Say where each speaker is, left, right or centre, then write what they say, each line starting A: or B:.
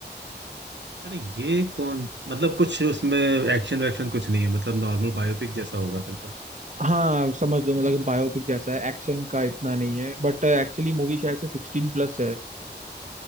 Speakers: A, on the right; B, on the right.
A: अरे ये कौन मतलब कुछ उसमें एक्शन वैक्शन कुछ नहीं है मतलब नॉर्मल बायोपिक जैसा होगा फिर तो
B: हाँ समझ लो मतलब कि बायोपिक जैसा है एक्शन का इतना नहीं है बट एक्चुअली मूवी शायद से सिक्सटीन प्लस है